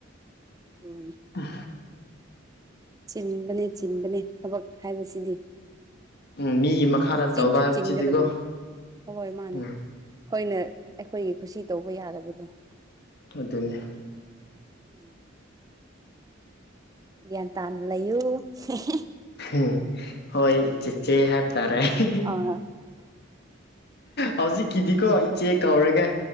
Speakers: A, on the right; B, on the left.
A: ꯎꯝ
B: ꯑ
A: ꯆꯤꯟꯕꯅꯦ ꯆꯤꯟꯕꯅꯦ ꯊꯕꯛ ꯍꯥꯏꯕꯁꯤꯗꯤ
B: ꯎꯝ ꯃꯤꯒꯤ ꯃꯈꯥꯗ
A: ꯆꯤꯟꯁꯨ
B: ꯇꯧꯕ ꯍꯥꯏꯕꯁꯤꯗꯤꯀꯣ
A: ꯆꯤꯟꯒꯗꯕꯅꯤ ꯍꯣꯏ ꯃꯥꯅꯦ
B: ꯎꯝ
A: ꯫ ꯍꯣꯏꯅ ꯑꯩꯈꯣꯏꯒꯤ ꯈꯨꯁꯤ ꯇꯧꯕ ꯌꯥꯗꯕꯗꯣ ꯫
B: ꯑꯗꯨꯅꯦ꯫
A: ꯎꯝ꯫ ꯒ꯭ꯌꯥꯟ ꯇꯥꯅ ꯂꯩꯌꯨ ꯍꯦ ꯍꯦ ꯫
B: ꯎꯝ ꯍꯣꯏ ꯆꯦ ꯆꯦ ꯍꯥꯏꯕ ꯇꯔꯦ ꯑꯥꯍꯦ ꯍꯦ꯫
A: ꯑ
B: ꯍꯧꯖꯤꯛꯀꯤꯗꯤꯀꯣ ꯏꯆꯦ ꯀꯧꯔꯒꯦ